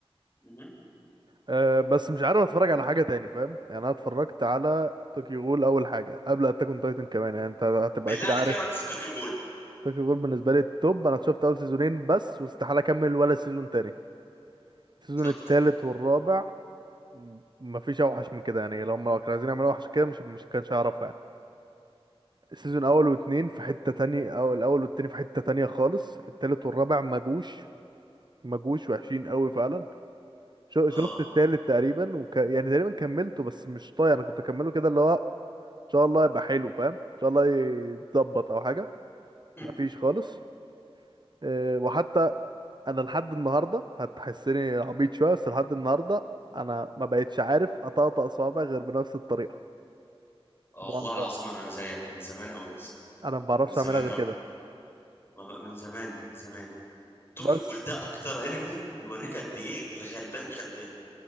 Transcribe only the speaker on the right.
أه بس مش عارف اتفرج على حاجه تاني فاهم يعني انا اتفرجت على طوكيو غول اول حاجه قبل اتاك اون تايتن كمان يعني انت هتبقى
اكيد
عارف
طوكيو غول بالنسبه لي التوب انا شفت اول سيزونين بس واستحاله اكمل ولا سيزون تاني السيزون
التالت والرابع م- مفيش اوحش من كده يعني لو هم لو كانوا عايزين يعملوا اوحش كده مش مش كانش هيعرفوا يعني. سيزون اول واتنين في حتة تانية او الاول والتاني في حتة تانية خالص التالت والرابع مجوش مجوش وحشين قوي فعلا شو-
شفت التالت تقريبا وك... يعني تقريبا كملته بس مش طايق انا كنت اكمله كده اللي هو ان شاء الله يبقى حلو فاهم ان شاء الله يتظبط او حاجة
مفيش خالص أه، وحتى انا لحد النهاردة هتحسني عبيط شوية بس لحد النهاردة انا ما بقتش عارف اطقطق صوابع غير بنفس الطريقة
طبعا
ف-
انا ما بعرفش
اعملها غير
كده
بس